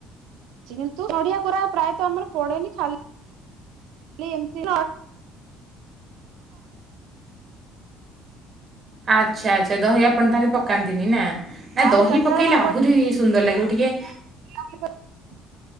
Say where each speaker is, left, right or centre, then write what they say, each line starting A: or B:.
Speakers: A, on the right; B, on the right.
A: ଚି କିନ୍ତୁ ନଡିଆ କୋରା ପ୍ରାୟତ ଆମର ପଡେନି, ଖାଲ ଲି ଏମତି <inaudible>
B: ଆଚ୍ଛା ଆଚ୍ଛା ଦହି ଆପଣ ତାହେଲେ ପକାନ୍ତିନି ନା? ନା
A: ଆଉ
B: ଦହି
A: ଚାରିଟା
B: ପକେଇଲେ
A: ବେଳେ କଣ କୁଆଡେ
B: ଆହୁରି ସୁନ୍ଦର ଲାଗିବ ଟିକେ
A: <inaudible>